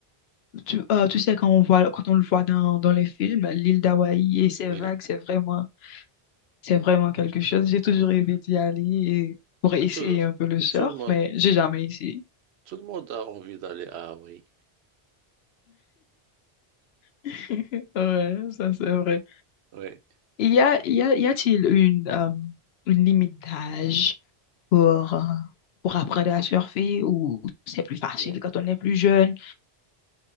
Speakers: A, on the left; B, on the right.
A: Tu, euh, tu sais, quand on voit, quand on le voit dans, dans les films, l'île d'Hawaï et ses
B: Oui.
A: vagues, c'est vraiment C'est vraiment quelque chose. J'ai toujours
B: Ouais.
A: rêvé d'y aller et pour essayer
B: Tout,
A: un peu le surf,
B: tout le monde,
A: mais j'ai jamais essayé.
B: tout le monde a envie d'aller à Hawaï.
A: <laughs> Ouais, ça c'est vrai.
B: Oui.
A: Il Y a, il y a, y a-t-il une, euh, une limite d'âge pour, euh, pour apprendre à surfer ou c'est plus facile
B: Non.
A: quand on est plus jeune?